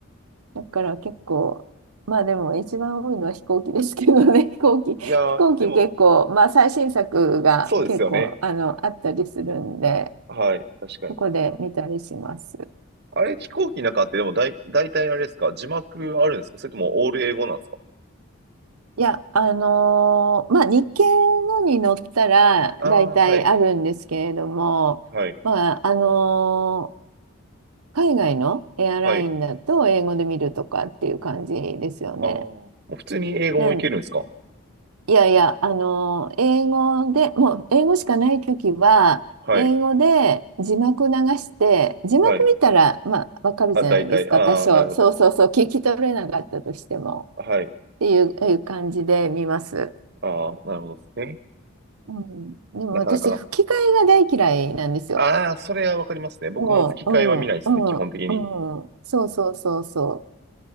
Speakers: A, on the right (about 85°); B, on the right (about 50°).
A: う。だから結構、まあでも一番多いのは飛行機ですけどね、<laughs> 飛行機、
B: いやー、
A: 飛行機結構、
B: でも、
A: まあ最新作が結構あの、
B: そうですよね。
A: あったりするんで、
B: はい。確かに。
A: そこで見たりします。
B: あれ、飛行機の中って、でも、だい、大体あれですか字幕あるんですかそれとも、オール英語なんですか
A: いや、あのーまあ、日系のに乗ったら大体あるんですけれども、
B: ああー、はい。はい。
A: まあ、あのー海外のエアラインだと英語で見るとかっていう感じですよね。
B: はい。ああ、もう普通に英語もいけるんですか
A: なん、いやいや、あのー英語で、もう英語しかないときは、
B: はい。
A: 英語で字幕流して、字幕見たら、
B: はい。
A: まあ、わかるじゃないですか、
B: あ、大体。ああ、
A: 多少。
B: なるほど。
A: そうそうそう、聞き取れなかったとしても
B: はい。
A: っていう、いう感じで見ます。
B: ああ、なるほどですね。
A: うん、でも私、
B: なかなか。
A: 吹き替えが大嫌いなんですよ。
B: ああ、それはわかりますね。僕も吹き替えは見ないですね、
A: もう、うん、
B: 基本的に。
A: うん、うん。そうそうそうそ